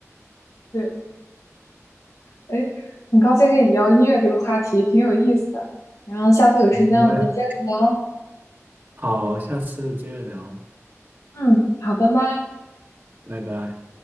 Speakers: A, on the left; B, on the right.
A: <laughs> 对，哎，很高兴跟你聊音乐这个话题，挺有意思的。然后下次有时间我们接着聊。
B: 好，好，下次接着聊，
A: 嗯，好，拜拜。
B: 拜拜。